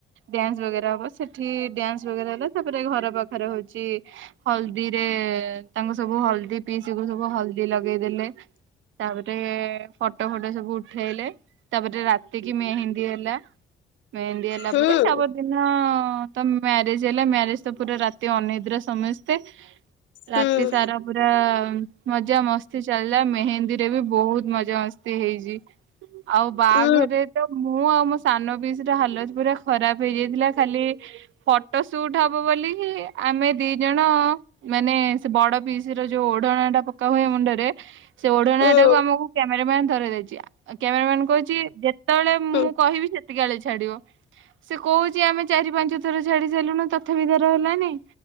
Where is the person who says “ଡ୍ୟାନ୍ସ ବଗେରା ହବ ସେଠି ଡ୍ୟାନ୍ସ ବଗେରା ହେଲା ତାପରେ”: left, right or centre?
Right